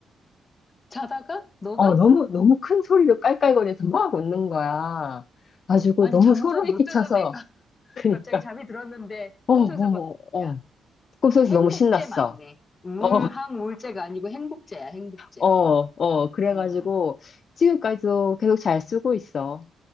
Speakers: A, on the left; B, on the left.
A: 자다가? 너가?
B: 어, 너무, 너무 큰 소리로 깔깔거리면서 막 웃는 거야. 가지고
A: 아니,
B: 너무
A: 잠도
B: 소름이
A: 못
B: 끼쳐서.
A: 드던 애가.
B: 그니까,
A: 갑자기 잠이 들었는데
B: 어, 어,
A: 꿈속에서 봐.
B: 어.
A: 야,
B: 어. 꿈속에서
A: 행복제
B: 너무 신났어.
A: 맞네. 우울한
B: 어,
A: 우울제가 아니고 행복제야, 행복제.
B: 어, 어. 그래가지고
A: 음.
B: 지금까지도 계속 잘 쓰고 있어.